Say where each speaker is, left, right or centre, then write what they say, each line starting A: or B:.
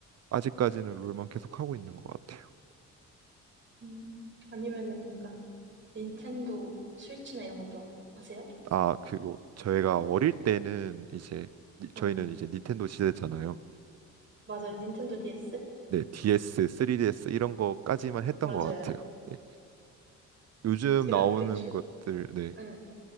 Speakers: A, on the right; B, on the right.
A: 아직까지는 롤만 계속 하고 있는 것 같아요.
B: 음, 아니면은 약간 닌텐도 스위치나 이런 것도 하세요?
A: 아, 그리고 저희가 어릴 때는 이제 니- 저희는
B: 응.
A: 이제 닌텐도 시대잖아요.
B: 맞아요. 닌텐도 DS?
A: 네, DS, 3DS 이런 거까지만 했던
B: 맞아요.
A: 것 같아요. 네. 요즘
B: 제가
A: 나오는
B: 그, 추,
A: 것들, 네,
B: 응.